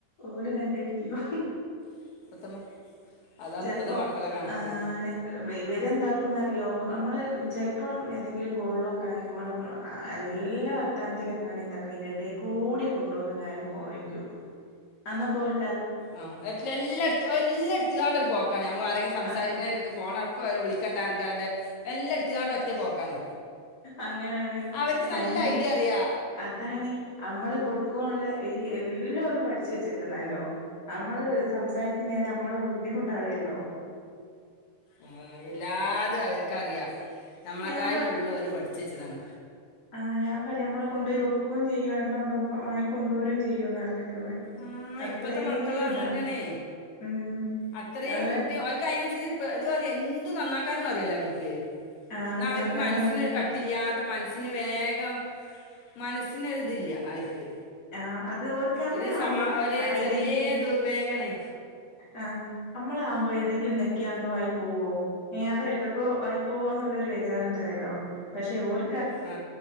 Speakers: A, on the left; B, on the left.
A: ഓല് കണ്ടിടിക്കും <inaudible>
B: <unintelligible>
A: ചിലപ്പോ
B: ഇപ്പത്തെ
A: <unintelligible>
B: മക്കളെ കണക്ക്
A: ഇവര് എന്താക്കുംന്ന് അറിയോ അമ്മള് ചെല്പം ഏതെങ്കിലും കോളിലൊക്കെ ആണെങ്കിനമ്മള് നല്ല വർത്താനത്തിലൊക്കെ ആണെങ്കി എന്താക്കു അതിൻ്റെ ഇടെക്കൂടെ കൂടി കൊണ്ടുവന്നങ്ങാനും ഫോൺ വക്കൂ അന്നപ്പോ ഓൾ
B: ആ് എല്ല എല്ലാടുത്ത് എല്ലാടുത്തോ <unintelligible> ണ്ടരുപോക്കാണ് നമ്മൾ ആരെങ്കിലും സംസാരിക്കുന്നേനെടയ്ക്ക്
A: ആഹ്
B: ഫോൺ <unintelligible> <unintelligible> എല്ലാ എടുത്തിട്ടാണ്ട് ഒറ്റ പോക്കാണ്
A: അങ്ങനാണ്
B: അവർക്ക്
A: ബയി
B: നല്ല ഐഡിയ അറിയാ
A: അതാണ് അമ്മള് കൊടുകൊള്ളാ ഈ എല്ലോരും പഠിച്ചു വെച്ചിക്കുന്നല്ലോ നമ്മള് സംസാരിക്കുന്നരെ നമ്മള് ബുദ്ധിമുട്ടാവുകല്ലോ
B: ആ എല്ലാര്തും അവർക്കറിയാം നമ്മളൊക്കായിം
A: ഞാൻ
B: ഫുൾ ഓല് പഠിച് വെച്ചതാണ്
A: ആഞാൻ പറയാ നമ്മളെ കൊണ്ട് പോയി വെക്കും ചെയ്യുംവിടന്ന് കൊണ്ടോന്ന് വങ്ങി കൊണ്ടുരും ചെയുന്ന് പറഞ്ഞിക്ക്
B: ആഹ്
A: അത്രേതാ
B: ഇപ്പത്തെ മക്കള് അങ്ങനെയാണേ
A: ഉം
B: അത്രയും
A: അത്
B: ബുദ്ധി ഒലക് അയിനനുസരിച്ച് ഇത് എന്തു നന്നാക്കാനും അറിയല്ലോ അവർക്ക്
A: ആ
B: എന്ന
A: നന്നാക്കാനും
B: അവർക്ക് മനസിന്
A: അറിയ
B: ഒരു കട്ടില്ലാത്ത മനസിന് വേഗം മനസ്സിനൊരിതില്ല അവര്ക്ക്
A: ആ അത് ഓര്ക്ക് നമ്മളാവുമ്പോ
B: ഒരു സമാ ഒരു ചെറിയ
A: ഏതെങ്കിലും
B: ദ ബെഖാന്നെ
A: ആ നമ്മളാവുമ്പോ ഏതെങ്കിലും നെക്ക്കിയ ന്തോ ആയി പോവോ എ അതിയയിട്ടക്കെ ആയി പോകന്നുള്ളരു വേജാറുണ്ടായല്ലോ പക്ഷെ ഓർ
B: ആ